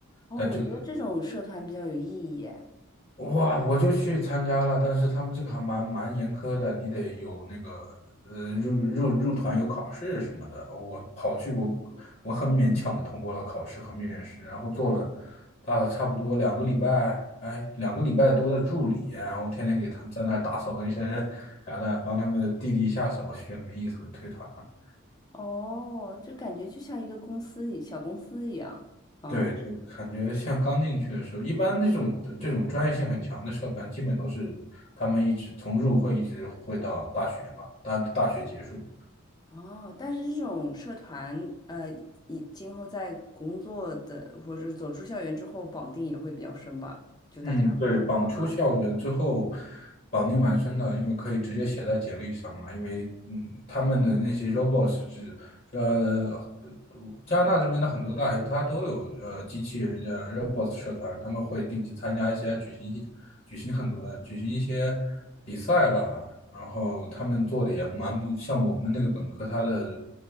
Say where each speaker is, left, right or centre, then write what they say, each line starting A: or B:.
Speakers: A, on the left; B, on the left.
A: 哦，
B: 但这个。
A: 我觉得这种社团比较有意义耶。
B: 哇，我就去参加了，但是他们这个还蛮蛮严苛的，你得有那个呃入入入团有考试什么的。我跑去我我很勉强的通过了考试和面试，然后做了大概差不多两个礼拜，哎，两个礼拜多的助理，然后天天给他们在那儿打扫卫生啥的，帮他们弟弟下手，觉得没意思，我就退团了。
A: 哦，就感觉就像一个公司一小公司一样啊。
B: 对，就感觉像刚进去的时候，一般这种的这种专业性很强的社团，基本都是他们一直从入会一直会到大学吧，大大学结束。
A: 哦，但是这种社团，呃，以今后在工作的或者走出校园之后，绑定也会比较深吧？就大家互相帮忙
B: 嗯，对，绑出校园之后，绑定蛮深的，因为可以直接写在简历上嘛。因为嗯，他们的那些 robots 是呃，加拿大这边的很多大学它都有呃机器人的 robots 社团，他们会定期参加一些举行一举行很多的举行一些比赛吧。然后他们做的也蛮不像我们那个本科，它的